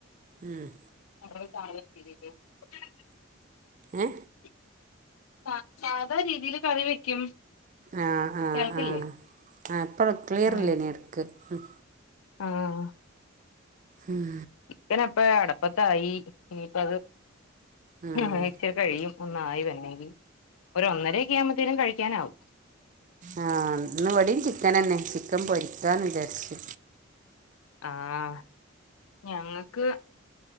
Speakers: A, on the right (about 40°); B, on the left (about 85°).
A: ആഹ്
B: <unintelligible>
A: ഏ
B: സാ സാധാ രീതിയിൽ കറി വെക്കും.
A: ആ ആ
B: കേൾക്കില്ലേ
A: ആ ആ ഇപ്പം ക്ലിയർ
B: ആഹ്
A: ഇല്ലേനി എടക്ക് ഉം
B: ആഹ്
A: ഉം
B: ചിക്കൻ എപ്പഴാ അട്പ്പത്തായി ഇനിയിപ്പ
A: ഉം
B: ഹാ ഇച്ചിരി കഴിയും ഒന്നായി വന്നേനി ഒരു ഒന്നരേക്ക ആവുംമ്പത്തേനും കഴിക്കാനാവും
A: ആഹ് ഇന്ന് ഇവിടെയും ചിക്കനന്നെ ചിക്കൻ പൊരിക്കാന്ന് വിചാരിച്ച്
B: ആഹ് ഞങ്ങക്ക്